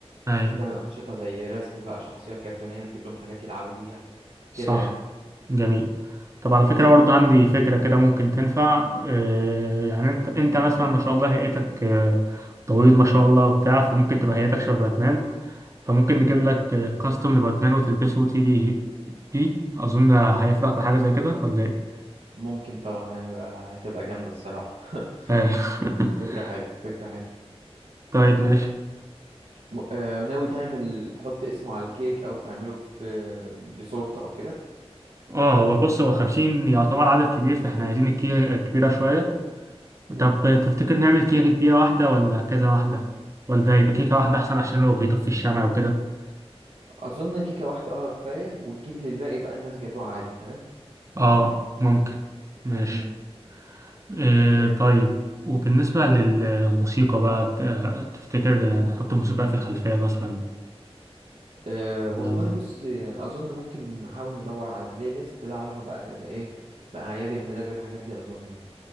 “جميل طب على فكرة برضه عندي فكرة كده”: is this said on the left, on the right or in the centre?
Right